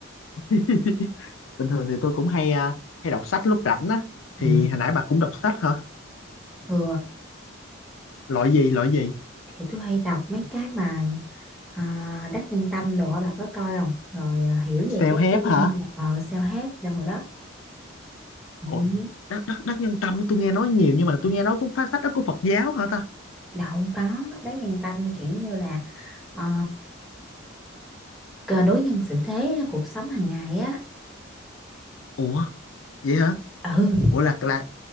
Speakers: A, on the left; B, in the centre.
A: <laughs> bình thường thì tôi cũng hay à, hay đọc sách lúc rảnh á
B: Ừ,
A: thì hồi nãy bà cũng đọc sách hả
B: ừ,
A: loại gì loại gì
B: kiểu tôi hay đọc mấy cái mà à, Đắc Nhân Tâm đồ á, bà có coi không? Rồi à, hiểu về
A: self
B: trái
A: help
B: tim,
A: hả
B: rồi, ờ, self help đồ đó. Ừ,
A: ủa đắc đắc đắc nhân tâm tôi nghe nói nhiều nhưng mà tôi nghe nói cũng phát sách đó của Phật giáo hả ta
B: đâu không có, Đắc Nhân Tâm kiểu như là ờ, cờ đối nhân xử thế cuộc sống hàng ngày á.
A: ủa vậy hả
B: Ừ,
A: ủa là là